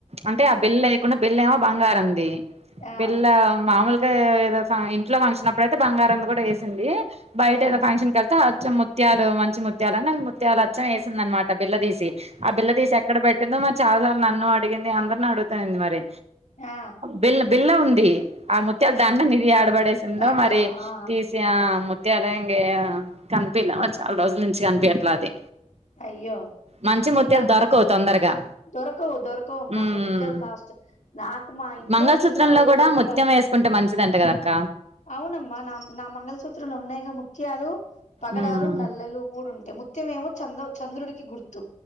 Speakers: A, on the right; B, on the left.
A: అంటే ఆ బిల్ లేకుండా బిల్ల బంగారంది
B: ఆ
A: వెళ్ళ మామలుగ్ ఏదో స ఇంట్లో ఫంక్షన్ అప్పుడయితే బంగారం కూడా వేసింది బయట
B: ఆ
A: ఎలా ఫంక్షన్కెళ్త మంచి ముత్యాలు మంచి ముత్యాల అన్న ముత్యాలచ్చం వేసింది అనమాట బిల్లదీసి ఆ బిల్ల తీసి ఎక్కడ పెట్టిందో మరి చాలాసార్లు నన్ను అడిగింది అందరిని అడుగుతా ఉంది మరి
B: ఆ
A: బిల్ బిల్ల ఉంది ఆ ముత్యాల దండ నిధి ఆడబడేసిందో
B: దండ
A: మరి
B: ఆ
A: తీసి ఆ ము ముత్యాలంగే కనిపిలే చాలా రోజుల నుంచి కనిపియట్ల అది
B: అయ్యో
A: మంచి ముత్యాలు
B: ఇంగ అ
A: దొరకవు తొందరగా
B: దొరకవు దొరకవుమ్మా
A: ఉమ్
B: అసలు ముత్యలు కాష్ట నాకు మా ఇంట్లో
A: మంగళసూత్రంలో
B: ఈనాడు
A: కూడా
B: పేపర్లో
A: ముత్యం వేసుకుంటే మంచిదంట కదక్క
B: అవునమ్మా నా నా మంగళసూత్రంలో ఉన్నాయి గా ము త్యాలు పగడాలు
A: ఉమ్
B: నల్లలు మూడు ఉంటాయి ముత్యమేమో చంద చంద్రుడికి గుర్త్ తు